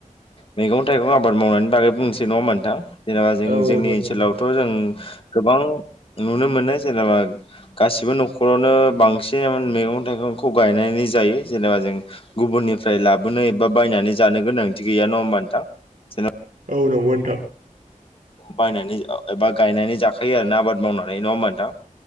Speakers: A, on the left; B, on the right.
A: मैगं थाइगं आबाद मावनायनि बागै बुंनोसै नङा होनबा नोंथां जेनेबा जों
B: औ
A: जोंनि
B: औ दे
A: ओनसोलावथ'
B: बुं दे
A: जों गोबां नुनो मोनो जेनेबा गासिबो न'खरावनो बांसिन मैगं थाइगंखौ गायनायनि जायो जेनेबा जों गुबुननिफ्राय लाबोनाय एबा बायनानै जानो गोनांथि गैया नङा होमबा नोंथां जेन'
B: औ नंगौ नोंथां
A: बायनानै एबा गायनानै जाखायो आर ना आबाद मावनानै नङा होमबा नोंथां